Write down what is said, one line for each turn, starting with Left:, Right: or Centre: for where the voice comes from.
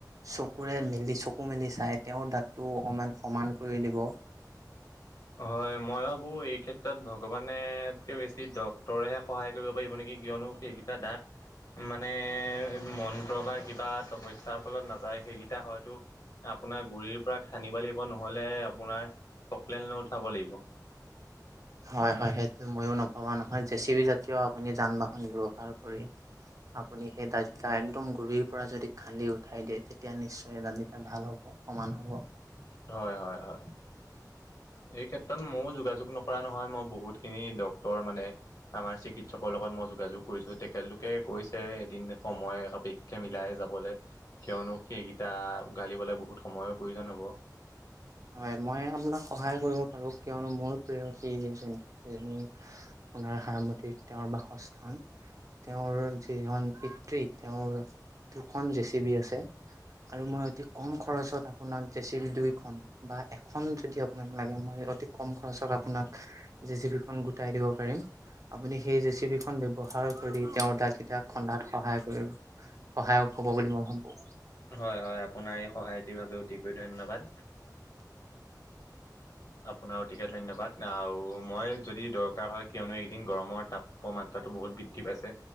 Right: চকুৰে মেলি চকু মেলি লি চাই তেওঁৰ দাঁতটো অকমান সমান কৰি দিব।
Left: <inaudible> হয় মই ভাবো এই ক্ষেত্ৰত ভগৱানতকে বেছি ডক্তৰেহে সহায় কৰিব পাৰিব নেকি? কিয়নো সেইকেইটা দাত মানে মন্ত্ৰ বা কিবা তপস্যাৰ ফলত নাযায় সেইকেইটা হয়তো আপোনাৰ গুৰিৰ পৰা খানিব লাগিব নহলে আপোনাৰ টকলেন লৈ উঠাব লাগিব।
Right: হয় হয় সেইটো ময়ো নভবা নহয়, জে চ বি জাতীয় আপুনি যান বাহন ব্যৱহাৰ কৰি আপুনি সে দা- এ একদম গুৰিৰ পৰা যদি খান্দি উঠাই দিয়ে তেতিয়া নিশ্চয় দাতটো ভাল হ'ব সমান হ'ব।
Left: হয় হয় হয় এই ক্ষেত্ৰত মইও যোগাযোগ নক- কৰা নহয় মই বহুতখিনি ডক টৰ মানে আমাৰ চিকিৎসকৰ লগত মই যোগাযোগ কৰিছো তেখেতলোকে কৈছে এদিন সময় সাপ পেক্ষে মিলাই যাবলে কিয়নো সেইকেইটা উঘালিবলৈ বহুত সময়ৰ প্ৰয়োজন হ'ব।
Right: হয় মই আপোনাক সহায় কৰিব পাৰো কিয়নো মোৰ প্ৰিয়শী যিজনী সেইজনী পুনাৰ সা সমতিত তেওঁৰ বাসস্থান। তেওঁৰ যিখন পিতৃ তেওঁৰ দুখন জে চি বি আছে। আৰু মই অতি কম খৰচত আপোনাক জেচিবি দুইখন বা এখন যদি আপোনাক লাগে মই অতি কম খৰচত আপোনাক জে চি বিখন গোটাই দিব পাৰিম। আপুনি সেই জেছিবি খন ব্যৱহাৰ কৰি তেওঁৰ গাত কেইটাক খন্দাত সহায় কৰিব। সহায়ক হব বুলি মই ভাবো।
Left: হয় হয় আপোনাৰ এই সহায়টিৰ বাবে অতিকৈ ধন্যবাদ। আপোনাৰ অতিকে ধন্যবাদ আৰু মই যদি দৰকাৰ হয় কিয়নো এদিন গৰমৰ তাপ তাপমাত্ৰাতো বহুত বৃদ্ধি পাইছে